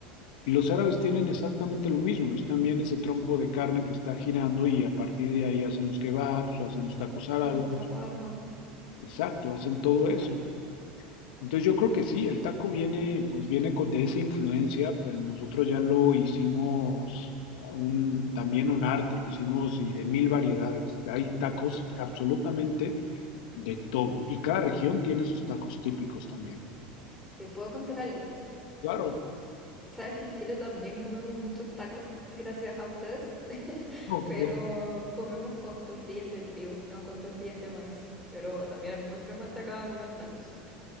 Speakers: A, on the left (about 80°); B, in the centre.
A: Y los árabes tienen exactamente lo mismo, es también ese trompo de carne que está girando y a partir de ahí hacen los kebabs o hacen los tacos árabes,
B: Los chaguarmas.
A: exacto, hacen todo eso.
B: Claro.
A: Entonces yo creo que sí, el taco viene, pues viene con- de esa influencia, pero nosotros ya lo hicimos un, también un arte, lo hicimos y de mil variedades. Hay tacos absolutamente de todo y cada región tiene sus tacos típicos también.
B: ¿Te puedo contar algo?
A: Claro.
B: Sabes que en Chile también comemos muchos tacos, gracias a ustedes, <laughs>
A: Ok,
B: pero comemos con tortillas de trigo, no con tortillas de maíz. Pero también es muy frecuente acá comer tacos.